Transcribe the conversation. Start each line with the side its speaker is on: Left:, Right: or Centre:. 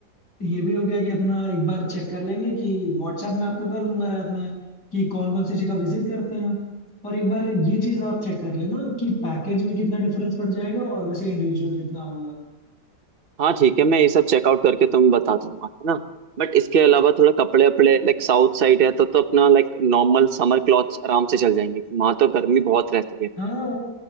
Left: ये भी हो गया कि अपना एक बार चेक कर लेंगे कि व्हाट्सएप में आपको कर दूंगा रात में कि कौन कौन सी जगह विजिट करते हैं और एक बार ये चीज आप चेक कर लेना कि पैकेज में कितना डिफरेंस पड़ जाएगा और वैसे इंडिविजुअल कितना होगा
Right: हाँ ठीक है मैं ये सब चेकआउट करके तुम्हें बता दूंगा है ना बट इसके अलावा थोड़ा कपड़े वपड़े लाइक साउथ साइड है तो तो अपना लाइक नॉर्मल समर क्लॉथ्स आराम से चल जाएंगे वहां तो गर्मी बहुत रहती है
Left: हाँ